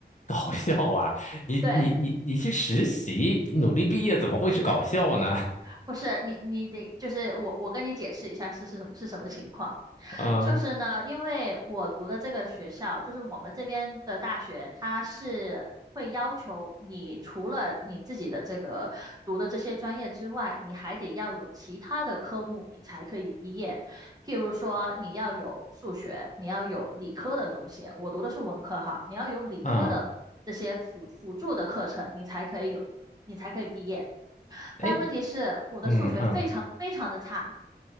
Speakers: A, on the left; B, on the right.
A: 搞笑啊！你你你你去实习，
B: 对。
A: 努力毕业，怎么会是搞笑呢？
B: 不是你，你得就是我，我跟你解释一下是是什么是什么情况。
A: 嗯
B: 就是呢，因为我读的这个学校，就是我们这边的大学，它是会要求你除了你自己的这个读的这些专业之外，你还得要有其他的科目，你才可以毕业。譬如说，你要有数学，你要有理科的东西。我读的是文科哈，你要有理科的这些辅辅助的课程，
A: 嗯，
B: 你才可以有，你才可以毕业。
A: 哎
B: 但问题是我的数学非常非常的差，
A: 嗯嗯，